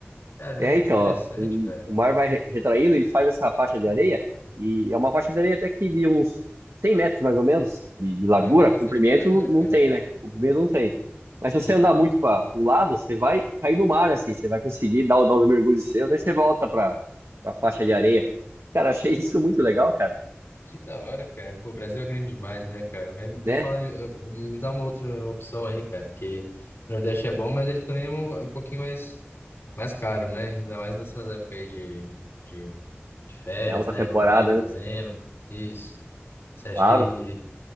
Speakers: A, on the left; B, on the right.
A: Caramba,
B: É, então,
A: que interessante,
B: ó, o,
A: cara.
B: o mar vai re- retraindo e faz essa faixa de
A: Pô,
B: areia, e é uma faixa de areia até que de uns 100 metros, mais ou menos, de, de largura,
A: caramba, bastante
B: comprimento
A: coisa,
B: não,
A: né,
B: não
A: cara?
B: tem, né? Comprimento não tem. Mas
A: Sim.
B: se você andar muito para o lado, você vai cair no mar, assim, você vai conseguir dar, o- dar os mergulhos seus, aí você volta para a faixa de areia. Cara, achei isso
A: Pô,
B: muito legal, cara,
A: que da hora, cara. Pô, o Brasil é grande demais, né, cara? Me, me
B: né?
A: fala, aí, eh, me dá uma outra opção aí, cara, porque o Nordeste é bom, mas ele também é um, é um pouquinho mais, mais caro, né? Ainda mais nessas épocas aí de, de, de férias,
B: É alta
A: né?
B: temporada,
A: Novembro,
B: né?
A: dezembro, isso. Você acha
B: Claro.
A: que